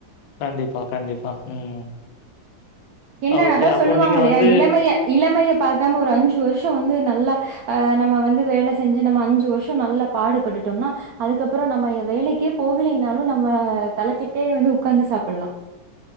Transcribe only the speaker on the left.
கண்டிப்பா கண்டிப்பா ம்
ஓகே.
அப்போ
நீங்க
வந்து